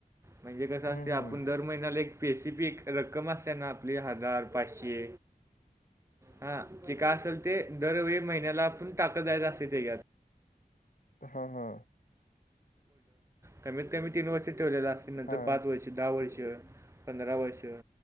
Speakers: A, on the right (about 20°); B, on the left (about 60°).
A: म्हणजे कसं
B: हम्म
A: असते आपण
B: हम्म
A: दर महिन्याला एक स्पेसिफिक रक्कम असते ना आपली हजार पाचशे हा जे काय असेल ते दरवेळी महिन्याला आपण टाकत जायच असते त्याच्यात
B: हा हा
A: कमीत कमी तीन वर्ष ठेवलेलं असते नंतर
B: हा
A: पाच वर्ष दहा वर्ष पंधरा वर्ष